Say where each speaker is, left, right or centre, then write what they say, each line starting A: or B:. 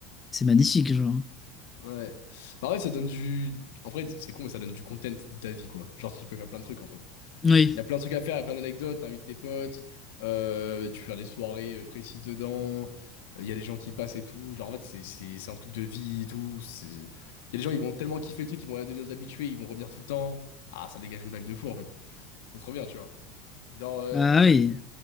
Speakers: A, on the left (about 20°); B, on the left (about 75°).
A: c'est magnifique genre.
B: Ouais. Bah ouais, ça donne du... En vrai, c'est con, mais ça donne du content de ta vie, quoi. Genre, tu peux faire plein de trucs, en fait.
A: Oui.
B: Il y a plein de trucs à faire, il y a plein d'anecdotes, t'invites tes potes, euh, tu peux faire des soirées euh, précises dedans, euh, il y a des gens qui passent et tout. Genre, en fait, c'est c'est- c'est un truc de vie et tout. c'est- Il y a des gens, ils vont tellement kiffer le truc, ils vont devenir des habitués, ils vont revenir tout le temps. Ah, ça dégage une vibe de fou, en fait. C'est trop bien, tu vois. Genre, euh...
A: Bah
B: parce
A: oui.